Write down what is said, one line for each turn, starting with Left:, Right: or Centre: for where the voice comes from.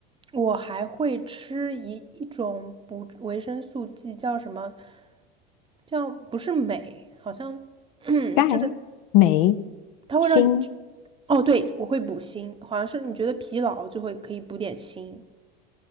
Right: 我还会吃一一种补维生素剂，叫什么？叫不是镁，好像 <clears throat>
Left: 钙、
Right: 就是
Left: 镁、
Right: 它会让你
Left: 锌。
Right: 哦，对，我会补锌，好像是你觉得疲劳就会可以补点锌，